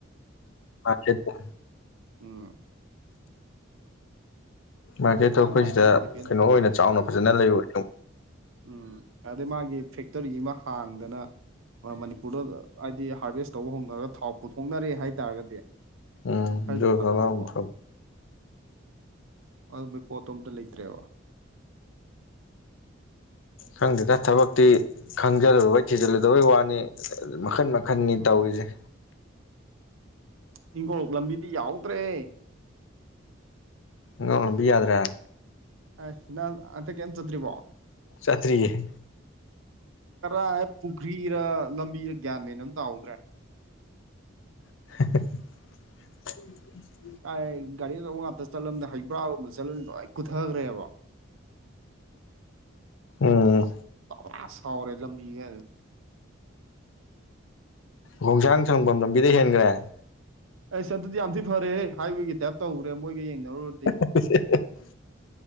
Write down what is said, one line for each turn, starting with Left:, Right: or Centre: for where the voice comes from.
Left: ꯃꯥꯔꯀꯦꯠꯀꯤ
Right: ꯎꯝ
Left: ꯃꯥꯔꯀꯦꯠꯇꯣ
Right: ꯑꯩꯅ
Left: ꯑꯩꯈꯣꯏ
Right: ꯃꯥꯔꯀꯦꯠꯇ
Left: ꯁꯤꯗ
Right: ꯗꯤꯄꯦꯟ
Left: ꯀꯩꯅꯣ
Right: ꯑꯣꯏ ꯇꯧꯋꯦꯕ
Left: ꯑꯣꯏꯅ ꯆꯥꯎꯅ ꯐꯖꯅ ꯂꯩꯕ
Right: ꯎꯝ ꯑꯗꯩ ꯃꯥꯒꯤ ꯐꯦꯛꯇꯔꯤ ꯑꯃ ꯍꯥꯡꯗꯅ ꯃꯅꯤꯄꯨꯔꯗ ꯍꯥꯏꯗꯤ ꯍꯥꯔꯚꯦꯁ ꯇꯧꯕ ꯍꯧꯅꯔꯒ ꯊꯥꯎ ꯄꯨꯊꯣꯛꯅꯔꯦ ꯍꯥꯏꯇꯥꯔꯒꯗꯤ
Left: ꯎꯝ
Right: ꯈꯔꯁꯨ
Left: ꯑꯗꯨ ꯑꯣꯏꯕ
Right: ꯊꯥꯖꯗꯧꯕ
Left: ꯑꯃ ꯑꯃꯨꯛ ꯐꯕ
Right: ꯑꯗꯨꯅ ꯄꯣꯠꯇꯣ ꯑꯝꯇ ꯂꯩꯇ꯭ꯔꯦꯕ
Left: ꯈꯪꯗꯦꯗ ꯊꯕꯛꯇꯤ ꯈꯪꯖꯜꯂꯨꯗꯕꯩ ꯊꯤꯖꯤꯜꯂꯨꯗꯕꯩ ꯋꯥꯅꯤ ꯃꯈꯟ ꯃꯈꯟꯅꯤ
Right: ꯎꯝ
Left: ꯇꯧꯔꯤꯁꯦ
Right: ꯍꯤꯡꯒꯣꯔꯣꯛ ꯂꯝꯕꯤꯗꯤ ꯌꯥꯍꯧꯗ꯭ꯔꯦ
Left: ꯉꯥꯎꯅꯕꯤ ꯌꯥꯗ꯭ꯔꯦ
Right: ꯑ ꯅ ꯑꯗ ꯀꯦꯟꯟ ꯆꯗ꯭ꯔꯤꯕ ꯋꯥꯣ
Left: ꯆꯇꯔꯤꯌꯦ
Right: ꯈꯔ ꯍ ꯄꯨꯈ꯭ꯔꯤꯔ ꯂꯝꯕꯤꯗ ꯒ꯭ꯌꯥꯟ ꯃꯦꯟ ꯑꯃ ꯇꯥꯍꯧꯗ꯭ꯔꯦ
Left: <unintelligible>
Right: ꯀꯥꯏ ꯒꯥꯔꯤ ꯑꯧꯕ ꯉꯥꯛꯇ ꯆꯠꯂꯝꯗ ꯍꯩꯕ꯭ꯔꯥꯒꯨꯝꯕ ꯆꯠꯂꯝꯃꯤ ꯂꯣꯏ ꯀꯨꯊꯈ꯭ꯔꯦꯕ
Left: ꯎꯝ
Right: ꯇꯕꯥ ꯁꯥꯎꯔꯦ ꯂꯝꯕꯤꯒ
Left: ꯈꯣꯡꯁꯥꯡ ꯁꯪꯐꯝ ꯂꯝꯕꯤꯗ ꯍꯦꯟꯈ꯭ꯔꯦ
Right: ꯑꯩꯁ ꯑꯗꯨꯗꯤ ꯌꯥꯝ ꯊꯤ ꯐꯔꯦ ꯍꯥꯏꯋꯦꯒꯤ ꯇꯥꯏꯞ ꯇꯧꯈ꯭ꯔꯦ ꯃꯣꯏꯒ ꯌꯦꯡꯅꯔꯨꯔ
Left: <unintelligible>